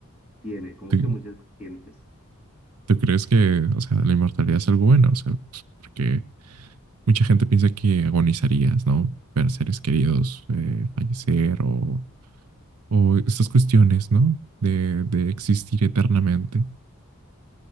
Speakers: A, in the centre; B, on the right.
A: tiene como
B: ¿Tú,
A: que muchas vertientes.
B: ¿Tú crees que, o sea, la inmortalidad es algo bueno? O sea, pues, porque mucha gente piensa que agonizarías, ¿no? Ver a seres queridos eh, fallecer o, o estas cuestiones, ¿no? De, de existir eternamente.